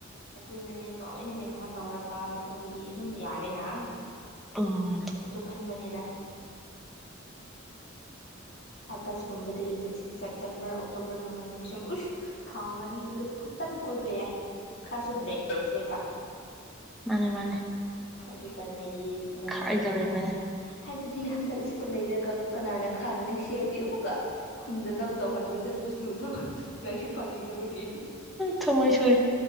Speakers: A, on the left (about 65°); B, in the centre.
A: ꯑꯗꯨꯅꯅꯦ ꯂꯣꯏꯅ ꯀꯩꯅꯣꯝꯃ ꯇꯧꯔꯒ ꯃꯇꯨꯡꯗꯗꯤ ꯑꯗꯨꯝ ꯌꯥꯔꯦꯅ
B: ꯎꯝ
A: ꯑꯗꯨ ꯈꯟꯕꯅꯦꯗ ꯑꯥꯒꯁꯀꯨꯝꯕꯗꯒꯤ ꯆꯠꯁꯦ ꯁꯦꯞꯇꯦꯝꯕꯔ ꯑꯣꯛꯇꯣꯕꯔ ꯅꯣꯕꯦꯝꯕꯔ ꯗꯤꯁꯦꯝꯕꯔ ꯎꯁ ꯊꯥ ꯃꯔꯤꯗꯨꯗ ꯐꯖꯅ ꯀꯣꯏꯕ ꯌꯥꯏꯅ ꯈꯂ꯭ꯔꯥꯁꯨ ꯕ꯭ꯔꯦꯛ ꯂꯩꯁꯦꯕ
B: ꯃꯥꯟꯅꯦ ꯃꯥꯟꯅꯦ
A: ꯑꯗꯨ ꯅꯩ ꯅꯩꯁꯦꯕꯥ
B: ꯈꯥꯏꯗꯧꯔꯤꯕꯅꯦ
A: ꯍ ꯍꯥꯏꯕꯗꯤ ꯍꯟꯗꯛꯁꯤꯗ ꯂꯩꯔꯒ ꯀꯅꯥꯅ ꯈꯥꯡ ꯅꯦꯛꯁ ꯏꯔꯗꯤ ꯑꯃꯨꯛꯀ ꯈꯨꯟꯗ ꯂꯧ ꯇꯧꯍꯟꯕ ꯆꯠꯄꯁꯨ ꯊꯕꯛ ꯂꯥꯏꯔꯤꯛ ꯄꯥꯅꯤꯡꯗꯕꯒꯤ
B: ꯊꯃꯣꯏ ꯁꯣꯛꯑꯦ